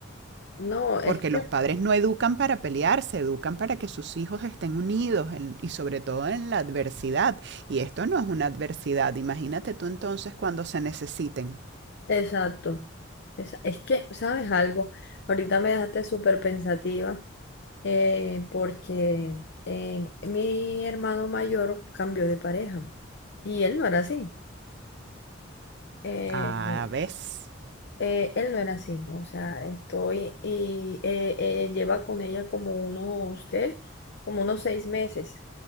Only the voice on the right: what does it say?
Porque
los padres no educan para pelearse, educan para que sus hijos estén unidos en- y sobre todo en la adversidad. Y esto no es una adversidad. Imagínate tú entonces cuando se necesiten.
A
veces.